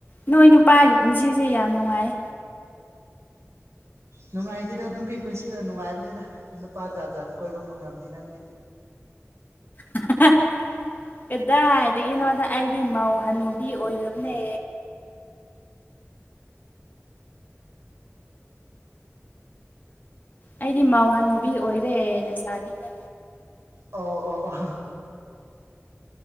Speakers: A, on the left; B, on the right.
A: ꯅꯣꯏ ꯅꯨꯄꯥꯒꯤ ꯄꯨꯟꯁꯤꯁꯦ ꯌꯥꯝ ꯅꯨꯡꯉꯥꯏ
B: ꯅꯨꯡꯉꯥꯏꯇꯤꯗ ꯅꯨꯄꯤ ꯄꯨꯟꯁꯤꯅ ꯅꯨꯡꯉꯥꯏꯕꯅꯤꯗ ꯅꯨꯄꯥ ꯖꯥꯠ ꯖꯥꯠ ꯀꯣꯏꯕ ꯐꯪꯂꯝꯅꯤ ꯅꯪꯗꯤ
A: <unintelligible> ꯑꯦꯗꯥ ꯑꯗꯨꯗꯒꯤ ꯅꯣ ꯑꯩꯗꯤ ꯃꯧ ꯍꯅꯨꯕꯤ ꯑꯣꯏꯔꯕꯅꯦ ꯑꯩꯗꯤ ꯃꯧꯍꯅꯨꯕꯤ ꯑꯣꯏꯔꯦ ꯂꯩꯁꯥꯕꯤꯅꯦ
B: ꯑꯣ ꯑꯣ ꯑꯣ